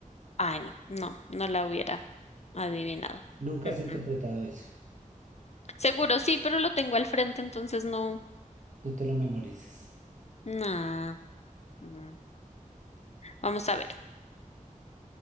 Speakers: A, on the left; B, on the right.
A: ay, no, no, no la hubiera adivinado.
B: Nunca
A: Mm,
B: has interpretado
A: mm.
B: eso.
A: Seguro sí, pero lo tengo al frente, entonces no.
B: No te lo memorices.
A: Nah. mm. Vamos a ver.